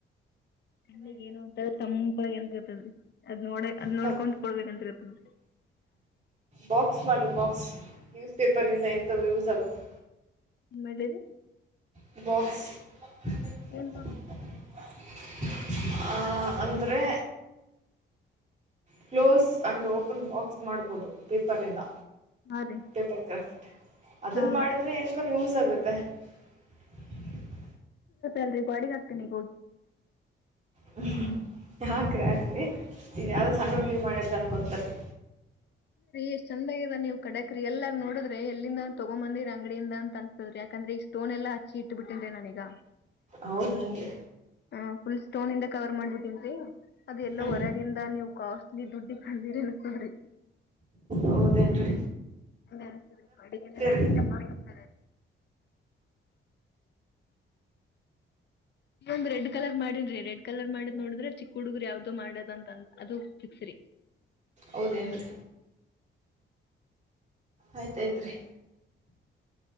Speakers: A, on the left (about 55°); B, on the right (about 35°).
A: ಕಣ್ಣಿಗ್ ಏನೊ ಒಂತರ ತಂಪಾಗಿ ಎಂತತದ್ರಿ ಅದ್ ನೋಡ ಅದ್
B: ಸ್ವಲ್
A: ನೋಡ್ಕೊಂಡ್ ಕುಡ್ಬೇಕಂತ ಅದ್ರಿಅದು
B: ಬಾಕ್ಸ್ ಮಾಡ್ರಿ ಬಾಕ್ಸ್ ನ್ಯೂಸ್ ಪೇಪರ್ ಇಂದ ಏನಾಕ್ಕಾದ್ರು ಯೂಸ್ ಆಗುತೆ
A: ಮಡರಿ
B: <unintelligible>
A: ಏನ್
B: ಆ ಅಂದರೆ ಕ್ಲೋಸ್ ಅಂಡ್ ಓಪನ್ ಬಾಕ್ಸ್ ಮಾಡ್ಬೋದು ಪೇಪರ್ ಇಂದ
A: ಹಾ ರೀ
B: ಪೇಪರ್ ಕ್ರಾಫ್ಟ್ ಅದನ್
A: ಹಾ
B: ಮಾಡಿದ್ರೆ ಏನ್ಕ ಯೂಸ್ ಆಗುತ್ತೆ ಬ
A: ಅಲ್ರಿ ಬಾಡಿಗೆ ಆಗ್ತೀನಿಗ ಹೋಗಿ
B: ಹ್ಮ ಹಾಕ್ರರಿ ಹಾಕ್ರರಿ ಇದ ಯಾವ್ದ ಸಣ್ಣ ಹುಡುಗಿ ಮಾಡ್ಯತ್ ಅನ್ಕೊತಾರರಿ
A: ಎಷ್ಟ ಚಂದಾಗಿದೆ ನೀವು ಕಡಕ್ರಿಯಲ್ ಆಗ ನೋದ್ರೆ ಎಲ್ಲಿಂದ ತಗೊಂಬಂದಿರ ಅಂಗಡಿಯಿಂದ ಅನ್ಸತದ್ರಿ ಯಾಕಂದ್ರೆ. ಸ್ಟೋನ್ ಎಲ್ಲ ಹಚ್ಚಿ ಇಟ್ಟು ಬಿಟ್ಟಿದ್ದೆ ನಾನೀಗ
B: ಹೌದನ್ರಿ.
A: ಹ ಫುಲ್ ಸ್ಟೋನ್ ಇಂದ ಕವರ್ ಮಾಡ್ಬಿಟ್ಟನ್ರಿ. ಅದ ಎಲ್ಲೋ
B: ಹ್ಞೂ
A: ಹೊರಗಿಂದ ನೀವು ಕಾಸ್ಟ್ಲಿ ದುಡ್ಡಿ ಕಂಡೀರಿ ಅನ್ಕೊಂಡ್ರಿ.
B: ಹೌದನ್ ರೀ
A: ಎಲ್ಲ ಅತಿದ್ರಿ ಅಡಿಗೆಲ್ಲಾರ ಹಾಕ್ರ
B: ರೀ
A: ಬಾಳ ಹೋಗ್ತ. ನೀ ಒಂದ್ ರೆಡ್ ಕಲರ್ ಮಾಡಿನ್ ರಡ್ ಕಲರ್ ಮಾಡಿದ್ ನೋಡ್ರೆ ಚಿಕ್ಕ ಹುಡುಗರು ಯಾವ್ದೋ ಮಾಡೋದ ಅ ಅದು ತಿಕ್ಸ್ರಿ.
B: ಹೌದೇನ್ರಿ. ಆಯ್ತಾಯ್ತ್ರಿ